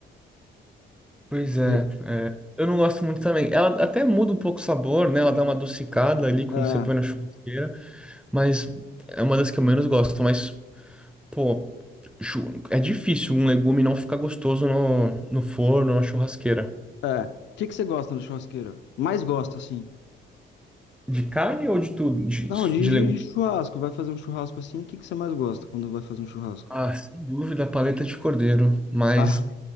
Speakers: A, in the centre; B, on the left.
A: Pois é,
B: Je-
A: é, eu não gosto muito também. Ela até muda um pouco o sabor, né? Ela dá uma adocicada ali quando
B: É,
A: você põe na churrasqueira, mas é uma das que eu menos gosto. Mas, pô, chu- é difícil um legume não ficar gostoso no, no forno, na churrasqueira.
B: é. O que que você gosta na churrasqueira? Mais gosta, assim?
A: De carne ou de tudo? De,
B: Não, de,
A: de
B: de-
A: legume?
B: de churrasco. Vai fazer um churrasco assim. O que que você mais gosta quando vai fazer um churrasco?
A: Ah, sem dúvida, paleta de cordeiro, mas
B: Ah,